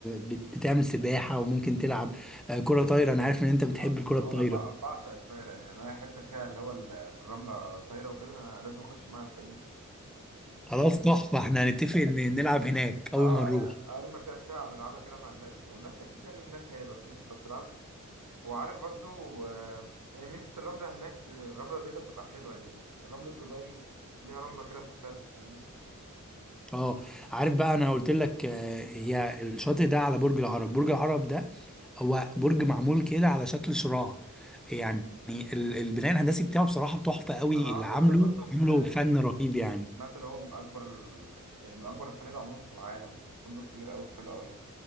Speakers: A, in the centre; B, on the right.
A: بت- بتعمل سباحة وممكن تلعب آه، كرة طايرة انا عارف ان انت بتحب
B: آه،
A: الكرة
B: انا
A: الطايرة
B: بع- بعشق الطايره يعني انا اي حته فيها اللي هو ال- الرمله طايره وكده انا لازم اخش معاهم فاهمني
A: خلاص تحفة احنا هنتفق ان نلعب هناك اول
B: اه
A: ما نروح
B: اقل ما فيها ساعه نلعبها كده مع الناس والناس اكيد يعني هناك هيبقى في ناس بتلعب وعارف برضو آه، يعني ميزه الرمله هناك الرمله البيضاء بتبقى حلوه يعني رمله دبي ليها رمله كده مختلفه فاهمني
A: اه عارف بقى انا قلت لك آه، هي الشاطئ ده على برج العرب برج العرب ده هو برج معمول كده على شكل شراع يعني ال- البناء الهندسي بتاعه بصراحة تحفة قوي
B: انا عاوز
A: اللي عامله
B: اقول لك اصلا
A: عامله
B: آه،
A: فن رهيب يعني
B: سمعت اللي هو من اكبر ال... يعني من اكبر الفنادق عموما في العالم فندق كبير قوي حلو قوي